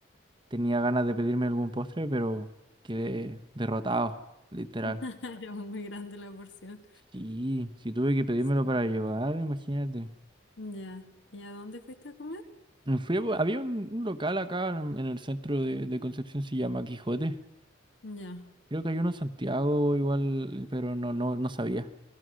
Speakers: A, on the right (about 25°); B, on the left (about 65°).
A: Tenía ganas de pedirme algún postre, pero quedé derrotado, literal.
B: <laughs> Era muy grande la porción.
A: Sí, sí tuve que pedírmelo
B: Sí.
A: para llevar, imagínate.
B: Ya. ¿Y a dónde fuiste a comer?
A: Me fui a- había un, un local acá en, en el centro de, de Concepción, se llama Quijote.
B: Ya.
A: Creo que hay uno en Santiago igual, pero no, no, no sabía.